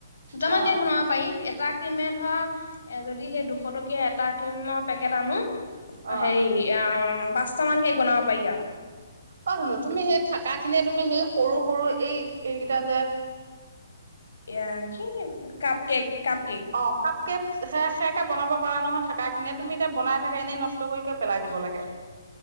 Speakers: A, on the left; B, on the right.
A: দুটা
B: অ',
A: মান কেক বনাব পাৰি এট এটা ক্ৰীমে ধৰ এ যদি সেই দুশ টকীয়া এটা ক্ৰীমৰ পেকেট আনো
B: অ',
A: সেৰি ইআ পাঁচট মান কেক বনাব পাৰি আৰু
B: অ সোনো তুমি সে থাকা খিনিয়ে তুমি সেই সৰু সৰু এই এইকেইটা যে
A: এ কি কাপ কেক কাপ কেক।
B: অ কাপকেক সে সেয়াকে বনাব প নহয় থাক খিনিয়ে তুমি এতিয়া বনাই থাকা এনেই নষ্ট কৰিক পেলাই দিব লাগে